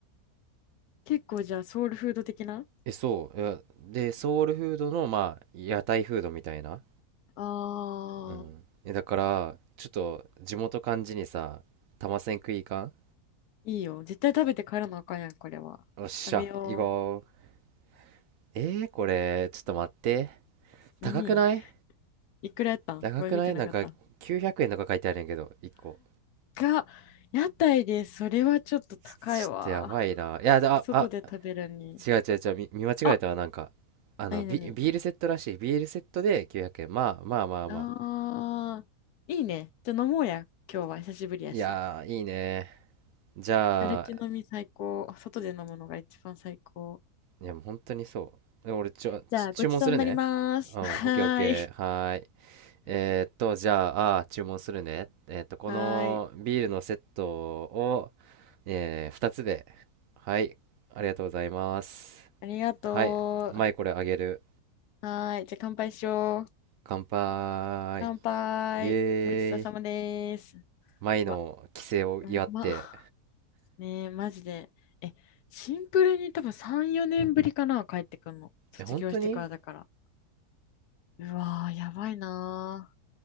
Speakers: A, on the left; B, on the right.
A: 結構じゃあソウルフード的な
B: え、そう。いやで、ソウルフードの、まあ、屋台フードみたいな。
A: あー、
B: うんえだからちょっと地元感じにさ玉せん食いかん
A: いいよ。絶対食べて帰らなあかんやん、これは。
B: よっしゃ行こう
A: 食べよう。
B: えー、これちょっと待って高くない
A: 何いくらやったんこれ見てなかった。
B: 高くないなんか900円とか書いてあるんやけど1個
A: 高っ。屋台でそれはちょっと高いわ。
B: ちょっとやばいないやああ
A: 外で食べるに。
B: 違う違う違う見、見間違えたわなんかあのビ、
A: あ、なになに。
B: ビールセットらしいビールセットで900円まあまあまあまあ
A: あー、いいね。じゃあ飲もうや。今日は久しぶりやし。
B: いやーいいねじゃあ
A: 歩き飲み最高。外で飲むのが一番最高。
B: いやもう本当にそうで俺ちょち注文するね
A: じゃあ、ごちそうになります。
B: うんオッケーオッケーはーい
A: はーい。
B: えーっと、じゃあ、あー注文するね。えーっと、このビールのセットを、
A: はーい。
B: えー、2つで。はい。ありがとうございます。
A: ありがとう。
B: はい。前これあげる。
A: はーい。じゃあ、乾杯しよう。
B: 乾杯。
A: 乾杯。
B: イエーイ。
A: ごちそうさまです。
B: 前の帰省を祝って。
A: うわ、うまねえ、マジで。え、シンプルに多分3、4年ぶりかな、帰ってくんの。卒業してからだから。
B: え、本当に
A: うわー、やばいなー。